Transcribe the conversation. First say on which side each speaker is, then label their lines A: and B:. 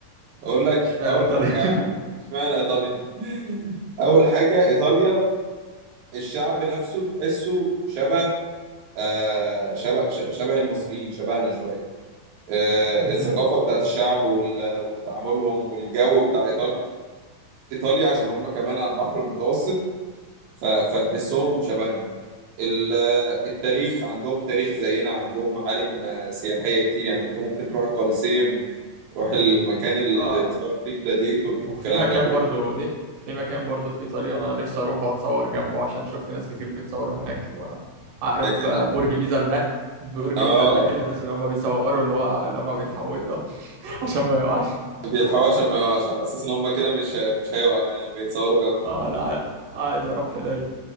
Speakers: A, on the right (about 70°); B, on the right (about 80°).
A: اقول لك
B: اشمعنى
A: اول
B: ايطاليا؟
A: حاجه
B: <laughs>
A: اشمعنى ايطاليا <laughs> اول حاجه ايطاليا الشعب نفسه تحسه شبه آه، شبه ش- شبه المصريين شبهنا شويه آه،
B: مهم.
A: الثقافه بتاعت الشعب وال- وتعاملهم والجو بتاع ايطاليا ايطاليا عشان هم كمان على البحر المتوسط ف- فتحسهم شبهنا ال- التاريخ عندهم تاريخ زينا عندهم معالم آه، سياحية كتير يعني انت ممكن تروح الكوليسيوم تروح المكان اللي
B: اه
A: اتصور فيه جلاديتور والكلام
B: وفي مكان
A: ده كله
B: برضو ن- في مكان برضو في إيطاليا أنا نفسي أروح وأتصور جنبه عشان شفت ناس كتير بيتصوروا هناك وعارف
A: مكان
B: آه، برج بيزا الماء برج
A: اه
B: بيزا المائل الناس اللي هم بيتصوروا اللي هو اللي هم بيلحقوه ده <laughs> عشان ما يقعش
A: بيلحقوا عشان ما يقعش على اساس ان هم كده مش مش هيقع يعني لما يتصوروا جنبه
B: اه لا عايز أروح هناك